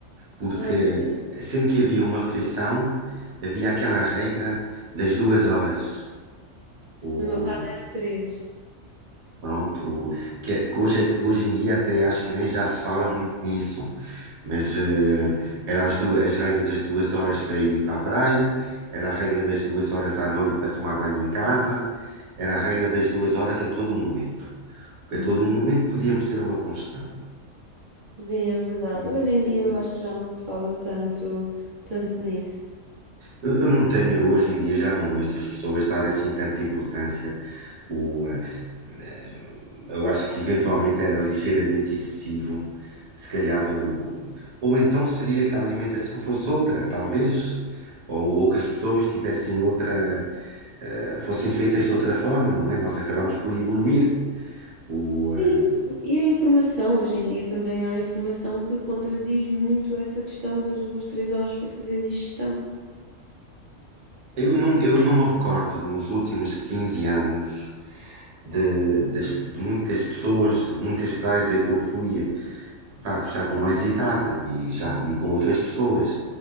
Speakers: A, on the right (about 60°); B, on the right (about 80°).
A: porque
B: Ah, sim.
A: sempre que havia uma refeição, havia aquela regra das duas horas. O,
B: No meu caso era três.
A: pronto, o, que, é, que hoje, hoje em dia até acho que nem já se fala muito nisso, mas eh, era as, duas, as regras das duas horas para ir para a praia, era a regra das duas horas à noite para tomar banho em casa, Era a regra das duas horas a todo momento. Porque
B: <laughs>
A: a todo momento podíamos ter uma congestão.
B: Sim, é verdade.
A: E
B: Hoje em dia
A: eu,
B: eu acho que já não se fala tanto, tanto nisso.
A: eu não tenho, hoje em dia já não ouço as pessoas dar assim tanta importância. O, eh, eh, eu acho que eventualmente era ligeiramente excessivo, se calhar. o- ou então seria que a alimentação fosse outra, talvez. Ou, ou que as pessoas tivessem outra, eh, fossem feitas de outra forma, não é? Nós acabamos por evoluir. O,
B: E, Sim,
A: eh,
B: e a informação, hoje em dia também há informação que contradiz muito essa questão das duas, três horas para fazer digestão.
A: Eu não, eu não me recordo nos últimos 15 anos de, das- de muitas pessoas, de muitas praias a que eu fui, pá, que já com mais idade e já co- e com outras pessoas.